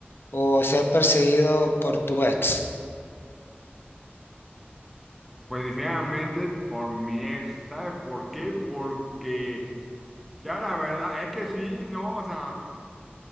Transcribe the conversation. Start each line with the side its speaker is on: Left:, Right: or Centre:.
Left: o ser perseguido por tu ex.
Centre: Pues definitivamente por mi ex, ¿sabes por qué? Porque ya la verdad es que sí, no, o sea.